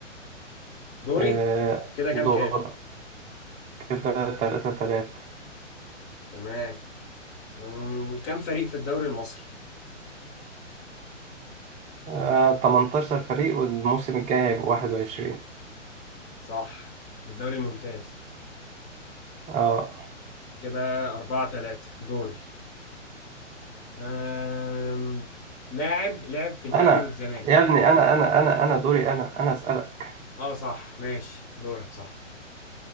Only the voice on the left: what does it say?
دوري
كده كام
كام؟
تمام مم، كام فريق في الدوري المصري؟
صح الدوري الممتاز
كده أربعة تلاتة دوري أم... لاعب لعب في الاهلي
والزمالك
اه صح ماشي دورك صح